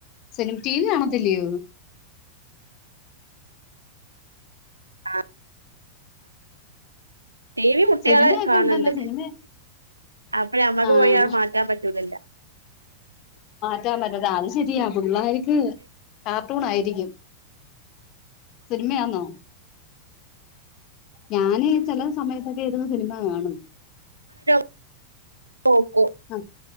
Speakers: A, on the left; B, on the right.
A: സിനി ടി വി കാണത്തില്ലയോ.
B: ആഹ് ടി വി കുട്ടികള്
A: സിനിമയൊക്കെ
B: കാണണ്ട്
A: ഉണ്ടല്ലോ സിനിമ
B: അപ്പഴാ അമ്മക്ക്
A: ആ
B: പോയി അവ മാറ്റാൻ പറ്റുല്ലല്ലോ
A: മാറ്റൻ പറ്റത്തെ. ത് ശരിയാ പിള്ളേർക്ക് കാർട്ടൂൺ ആയിരിക്കും. സിനിമയാന്നോ. ഞാന് ചില സമയത്തൊക്കെ ഇര്ന്ന് സിനിമ കാണും.
B: ഓ.
A: അ